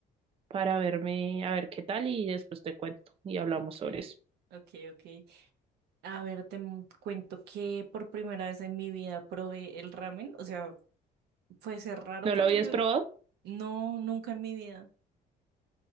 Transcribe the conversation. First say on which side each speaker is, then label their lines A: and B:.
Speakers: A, on the right (about 35°); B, on the right (about 75°).
A: para verme, a ver qué tal y después te cuento y hablamos
B: Ok,
A: sobre eso.
B: ok, ok. A ver, te m- cuento que por primera vez en mi vida probé el ramen. O sea, fue ser raro
A: ¿No
B: porque
A: lo habías
B: pues
A: probado?
B: no, nunca en mi vida.